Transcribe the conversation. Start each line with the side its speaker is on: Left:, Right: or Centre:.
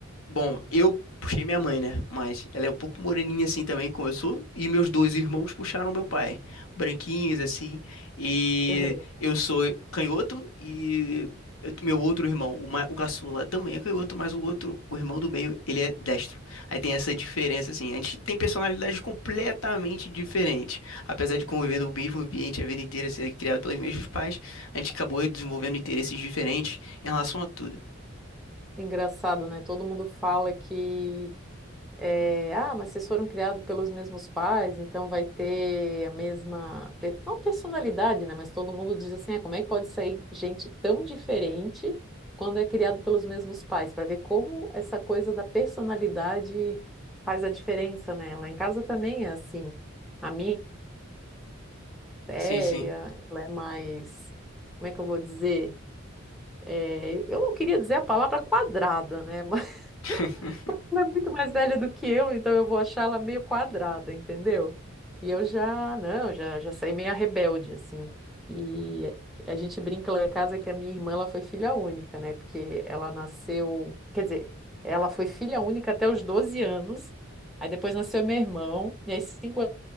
Left: Bom, eu puxei minha mãe, né? Mas ela é um pouco moreninha assim também, como eu sou. E meus dois irmãos puxaram meu pai. Branquinhos, assim. E
Centre: Uhum.
Left: eu sou canhoto e eu- meu outro irmão, o, ma- o caçula, também é canhoto, mas o outro, o irmão do meio, ele é destro. Aí tem essa diferença, assim. A gente tem personalidades completamente diferentes. Apesar de conviver no mesmo ambiente a vida inteira, ser criado pelos mesmos pais, a gente acabou desenvolvendo interesses diferentes em relação a tudo.
Centre: Engraçado, né? Todo mundo fala que É, ah, mas vocês foram criados pelos mesmos pais, então vai ter a mesma, pe- não personalidade, né? Mas todo mundo diz assim, ah, como é que pode sair gente tão diferente quando é criado pelos mesmos pais? Para ver como essa coisa da personalidade faz a diferença, né? Lá em casa também é assim. A minha é séria,
Left: Sim, sim.
Centre: ela é mais, como é que eu vou dizer? É, eu não queria dizer a palavra quadrada, né? <laughs>
Left: <laughs>
Centre: Ela é muito mais velha do que eu, então eu vou achar ela meio quadrada, entendeu? E eu já, não, já, já saí meio rebelde, assim. E a gente brinca lá em casa que a minha irmã, ela foi filha única, né? Porque ela nasceu, quer dizer, ela foi filha única até os 12 anos, aí depois nasceu meu irmão, e aí cinco anos